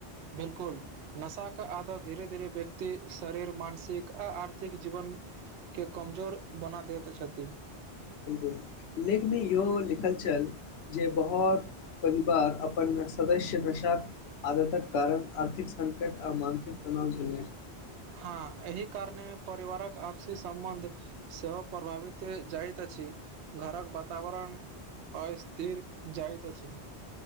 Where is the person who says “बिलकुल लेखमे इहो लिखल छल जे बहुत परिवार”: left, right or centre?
Left